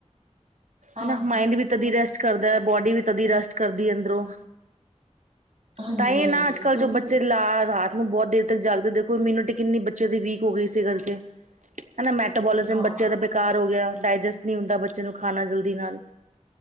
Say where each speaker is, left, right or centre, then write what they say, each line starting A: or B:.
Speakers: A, on the right; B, on the right.
A: ਹਾਂ
B: ਹਨਾ ਮਾਇੰਡ ਵੀ ਤਦੀ ਰੈਸਟ ਕਰਦਾ ਹੈ ਬੋਡੀ ਵੀ ਤਦੀ ਰੈਸਟ ਕਰਦੀ ਅੰਦਰੋਂ।
A: ਹਾਂਜੀ
B: ਤਾਂਈ
A: ਹਾਂਜੀ
B: ਨਾ ਅੱਜ ਕੱਲ੍ਹ
A: ਕਿਉਂਕਿ
B: ਜੋ ਬੱਚੇ ਲਾ ਰਾਤ। ਉਹ ਬਹੁਤ ਦੇਰ ਤੱਕ ਜਾਗਦੇ ਦੇਖੋ ਇਮਿਊਨਿਟੀ ਕਿੰਨੀ ਬੱਚਿਆਂ ਦੀ ਵੀਕ ਹੋ ਗਈ ਇਸੇ ਕਰਕੇ। ਹੈਨਾ ਮੈਟਾਪੋਲਿਜ਼ਮ
A: ਹਾਂ
B: ਬੱਚੇ ਦਾ ਬੇਕਾਰ ਹੋ ਗਿਆ, ਡਾਇਜੈਸਟ ਨਹੀਂ ਹੁੰਦਾ ਬੱਚੇ ਨੂੰ ਖਾਣਾ ਜਲਦੀ ਨਾਲ।